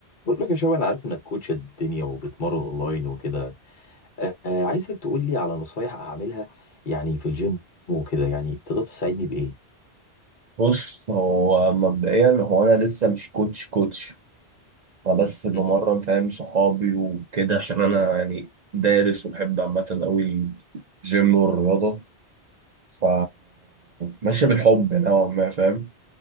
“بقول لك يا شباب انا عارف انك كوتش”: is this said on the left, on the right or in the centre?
Left